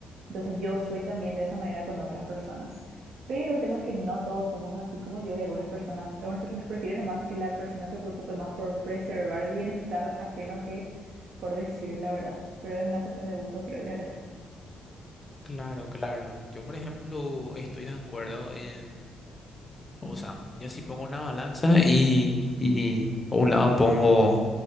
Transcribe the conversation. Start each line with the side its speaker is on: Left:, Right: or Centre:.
Right: Entonces yo soy también de esa manera con otras personas. Pero el tema es que no todos somos así como yo y algunas personas, algunas personas prefieren nomás que la persona se preocupe más por preservar el bienestar ajeno que por decir la verdad. Pero es una cuestión de gustos, creo yo ya.
Left: Claro, claro. Yo, por ejemplo, estoy de acuerdo en... O sea, yo sí pongo una balanza y, y a un lado pongo,